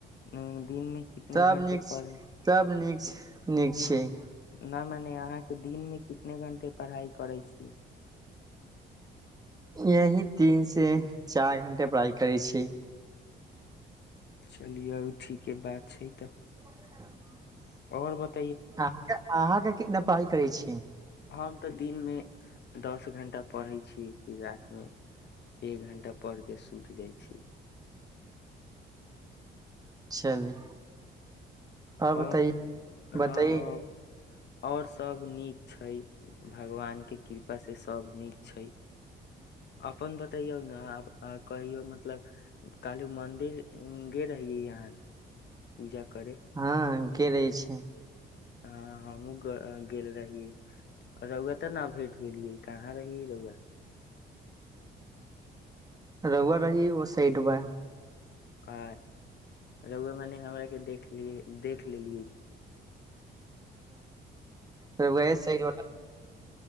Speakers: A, on the left (about 60°); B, on the right (about 20°).
A: उम्म, दिन में कितने
B: सब
A: घंटे
B: नीक सब
A: पढ़
B: नीक छै नीक छिय
A: न मने अहाँके दिनमे कितने घण्टे पढ़ाइ करै छी
B: यही तीन से चार घंटा पढ़ाय करै छी
A: चलियौ ठीके बात छै तऽ
B: <unintelligible>
A: आओर बत
B: अहाँके अहाँके कितना पढ़ाय करै छी
A: हम तऽ दिन मे दस घंटा पढ़ै छी फिर रातिमे एक घण्टा पढ़िक सुति जाइ छी
B: चलि आ बताइ
A: और हँ
B: बताइ
A: और सभ नीक छै भगवान के कृपा से सभ नीक छै अपन बतैयौ ने आ कहियौ मतलब काली मन्दिर ग रहियै यहाँके पूजा करे
B: हँ के रहै छै
A: हँ हमूँ गेल रहियै रौआ तऽ न भेंट भेलियै कहाँ रहिय रौआ
B: रौआ रही एगो ओ साइड बा
A: आ रौआ बानी हमरा एक के देखलिये देखलेलियै
B: वहि सड